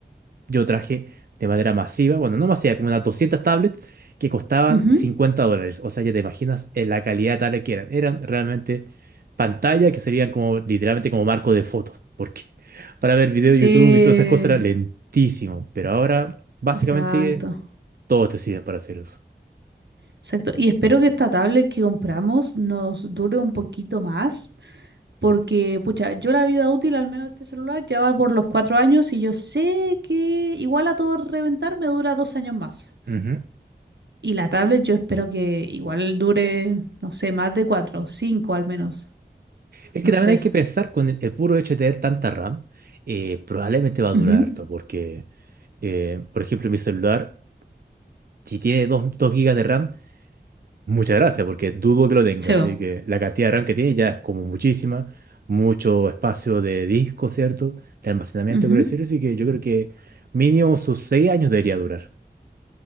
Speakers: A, on the right; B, on the right.
A: Yo traje de manera masiva, bueno, no masiva, como unas 200 tablets que costaban
B: Ujú.
A: 50 dólares. O sea, ya te imaginas eh, la calidad tal que eran. Eran realmente pantalla que servían como, literalmente como marco de fotos. Porque <laughs> para ver video
B: Sí,
A: de YouTube y todas esas cosas era lentísimo. Pero ahora, básicamente,
B: exacto.
A: todos te sirven para hacer uso.
B: Exacto. Y espero que esta tablet que compramos nos dure un poquito más, porque, pucha, yo la vida útil al menos de este celular ya va por los cuatro años y yo sé que igual a todo reventar me dura dos años más.
A: Ujú.
B: Y la tablet yo espero que igual dure, no sé, más de cuatro, cinco al menos.
A: Es
B: No
A: que también
B: sé.
A: hay que pensar con el, el puro hecho de tener tanta RAM, eh, probablemente va a durar
B: Ujú.
A: harto, porque, eh, por ejemplo, mi celular, si tiene dos dos gigas de RAM, Muchas gracias, porque dudo que lo tenga,
B: Se
A: así
B: va.
A: que la cantidad de RAM que tiene ya es como muchísima, mucho espacio de disco, ¿cierto? De almacenamiento,
B: Ujú.
A: quiero decir, así que yo creo que mínimo sus seis años debería durar.